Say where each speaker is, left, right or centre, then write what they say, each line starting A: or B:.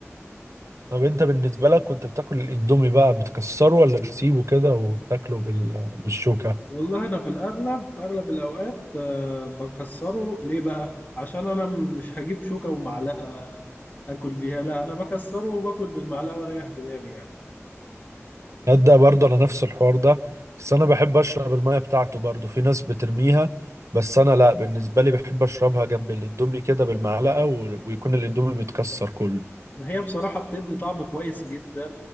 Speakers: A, on the right (about 75°); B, on the left (about 35°).
A: طب انت بالنسبه لك كنت بتاكل الاندومي بقى بتكسره ولا بتسيبه كده وبتاكله بال- بالشوكه
B: والله انا في الاغلب اغلب الاوقات آه، بكسره ليه بقى عشان انا مش هجيب شوكة ومعلقة اكل بيها لا انا بكسره وباكل بالمعلقة واريح دماغي يعني
A: تصدق برضه انا نفس الحوار ده بس انا بحب اشرب الميه بتاعته برضه في ناس بترميها بس انا لا بالنسبه لي بحب اشربها جنب الاندومي كده بالمعلقه و- ويكون الاندومي متكسر كله
B: ما هي بصراحة بتدي طعم كويس جدا